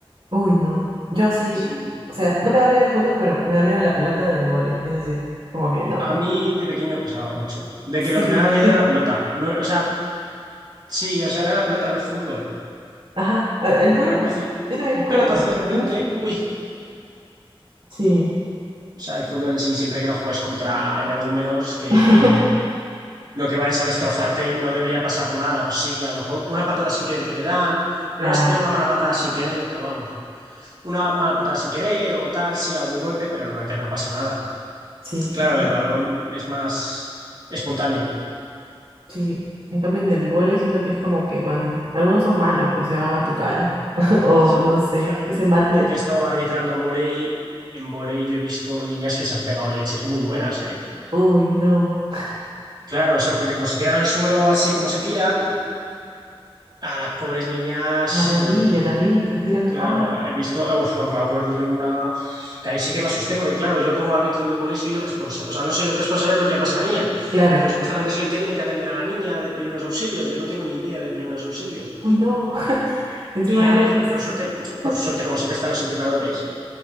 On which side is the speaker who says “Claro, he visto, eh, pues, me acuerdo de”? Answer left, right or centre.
Right